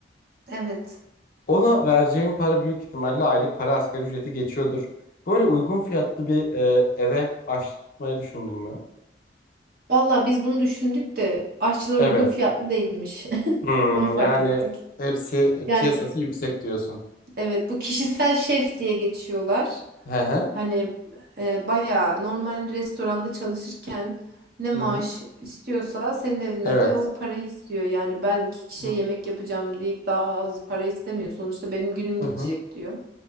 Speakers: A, on the right; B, on the left.
A: evet.
B: Ona vereceğin para büyük ihtimalle aylık para asgari ücreti geçiyordur. Böyle uygun fiyatlı bir e, eve aç tutmayı düşündün mü?
A: Valla biz bunu düşündük de aşçılar
B: Evet.
A: uygun fiyatlı değilmiş. <laughs>
B: Hmm,
A: Onu fark
B: yani
A: ettik.
B: hepsi
A: Yani
B: piyasası yüksek diyorsun.
A: evet bu kişisel şef diye geçiyorlar.
B: Hı hı.
A: Hani e, bayağı normal restoranda çalışırken ne
B: Hı
A: maaş
B: hı.
A: istiyorsa senin evine
B: Evet.
A: de o parayı istiyor. Yani ben iki kişiye
B: Hı hı.
A: yemek yapacağım deyip daha az para istemiyor. Sonuçta benim günüm
B: Hı
A: gidecek
B: hı.
A: diyor.